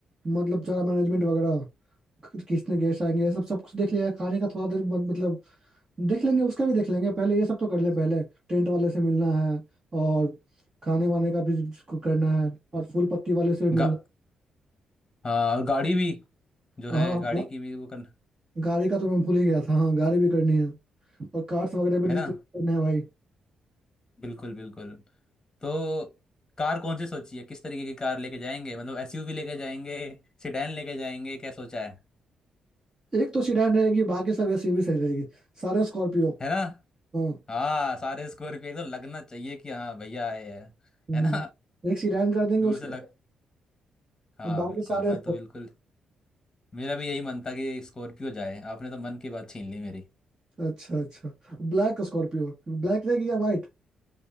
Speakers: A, on the right; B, on the left.
A: मतलब सारा मैनेजमेंट वगैरह कि- किसने गेस्ट आएंगे ये सब सब कुछ देख लिया खाने का थोड़ा देर मत- मतलब देख लेंगे उसका भी देख लेंगे पहले ये सब तो कर लें पहले टेंट वाले से मिलना है और खाने वाने का भी उसको करना है और फूल पत्ती वाले से भी
B: गा,
A: मिलना
B: हाँ और गाड़ी भी जो
A: हाँ
B: है गाड़ी
A: हाँ,
B: की भी वो करना
A: गाड़ी का तो मैं भूल ही गया था हाँ गाड़ी भी करनी है और कार्ड्स वगैरह भी डिस्ट्रीब्यूट
B: है ना
A: करने हैं भाई
B: बिल्कुल बिल्कुल तो कार कौन सी सोची है किस तरीके की कार लेके जाएंगे मतलब एसयूवी लेके जाएंगे सेडान लेके जाएंगे क्या सोचा है
A: एक तो सीडान रहेगी बाकी सब एसयूवी सही रहेगी सारे स्कॉर्पियो
B: है ना
A: हाँ
B: हाँ सारे स्कॉर्पियो एकदम लगना चाहिए कि हाँ भैया आए हैं
A: हम्म,
B: है ना
A: एक सीडान कर देंगे
B: दूर
A: उसके
B: से लग हाँ
A: और बाकी
B: बिल्कुल
A: सारे
B: मैं तो बिल्कुल मेरा भी यही मन था कि स्कॉर्पियो जाए आपने तो मन की बात छीन ली मेरी
A: अच्छा अच्छा ब्लैक स्कॉर्पियो ब्लैक रहेगी या वाइट